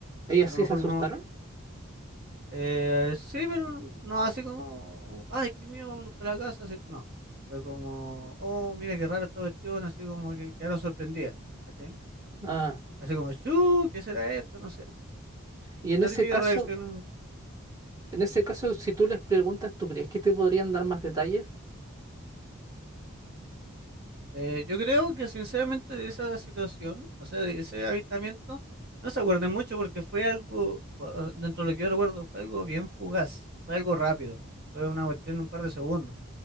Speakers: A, on the right; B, on the right.
A: ¿Ellas
B: a lo
A: sí
B: mejor
A: se asustaron?
B: uno, eh, sí, pero no así como, ay, qué miedo, vámonos para la casa, así, no, fue como, oh, mira qué rara esta cuestión, así como que quedaron sorprendidas, ¿cachai?
A: Ah,
B: Así como, "Chu, ¿qué será esto? No sé, así,
A: y en
B: la
A: ese
B: típica
A: caso,
B: reacción.
A: en ese caso, si tú les preguntas, ¿tú crees que te podrían dar más detalles?
B: Eh, yo creo que sinceramente de esa situación, o sea, de ese avistamiento, no se acuerden mucho porque fue algo, o- dentro de lo que yo recuerdo, fue algo bien fugaz, fue algo rápido, ¿no? Fue una cuestión de un par de segundos.